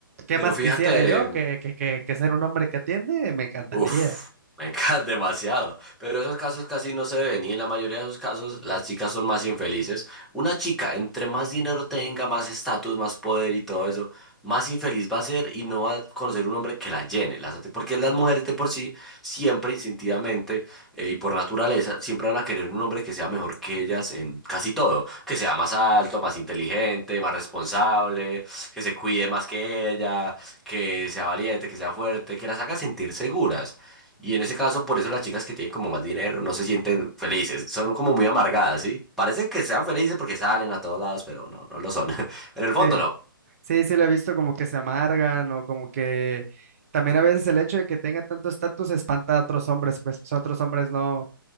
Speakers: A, on the right; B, in the centre.
A: ¿Qué
B: Pero
A: más
B: fíjate.
A: quisiera yo que, que, que, que ser un hombre que atiende? Me encantaría.
B: Uf, me encanta <laughs> demasiado. Pero esos casos casi no se ven y en la mayoría de esos casos las chicas son más infelices. Una chica, entre más dinero tenga, más estatus, más poder y todo eso, más infeliz va a ser y no va a conocer un hombre que la llene. la sati- Porque las mujeres de por sí, siempre instintivamente eh, y por naturaleza, siempre van a querer un hombre que sea mejor que ellas en casi todo. Que sea más alto, más inteligente, más responsable, que se cuide más que ellas que sea valiente, que sea fuerte, que las haga sentir seguras. Y en ese caso, por eso las chicas que tienen como más dinero no se sienten felices, son como muy amargadas, ¿sí? Parece que sean felices porque salen a todos lados, pero no, no lo son. <laughs> En el fondo
A: Sí.
B: no.
A: Sí, sí, lo he visto como que se amargan o como que también a veces el hecho de que tenga tanto estatus espanta a otros hombres, pues o sea, otros hombres no,